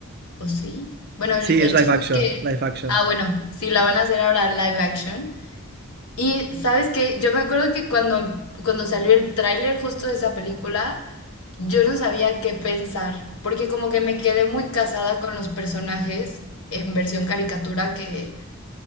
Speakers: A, on the left (about 85°); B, on the right (about 45°).
A: ¿O sí? Bueno, el,
B: Sí,
A: el
B: es
A: chiste
B: live action,
A: es que,
B: live action.
A: ah, bueno, sí, la van a hacer ahora live action. Y sabes qué, yo me acuerdo que cuando, cuando salió el tráiler justo de esa película, yo no sabía qué pensar, porque como que me quedé muy casada con los personajes en versión caricatura que,